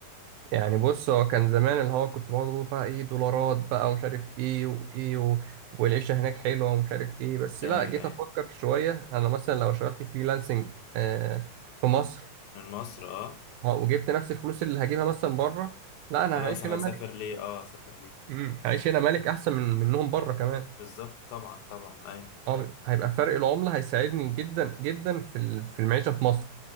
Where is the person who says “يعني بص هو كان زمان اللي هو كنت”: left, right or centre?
Right